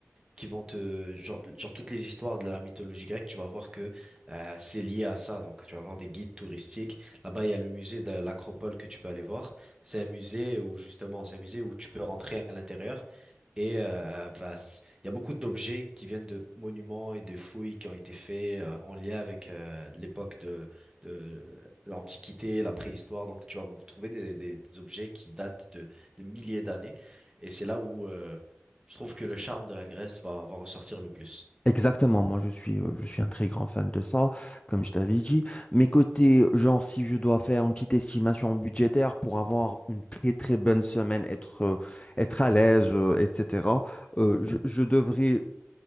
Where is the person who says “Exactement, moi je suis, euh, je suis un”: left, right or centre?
Left